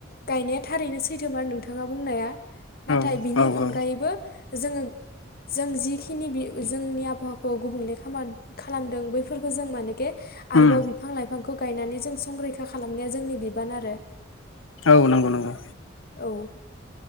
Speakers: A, on the left; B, on the left.
A: गायनाया थारैनो सैथोमार नोंथाङा बुंनाया नाथाय
B: औ
A: बिनि
B: औ
A: अनगायैबो जोङो जों जिखिनि बि जोंनि आबहावाखौ गुबुंले खामोन खालामदों बैफोर फोजों मानेके
B: उम
A: आरोबाव बिफां लाइफांखौ गायनानै जों संरैखा खालामनाया जोंनि बिबान आरो
B: औ नंगौ नंगौ
A: औ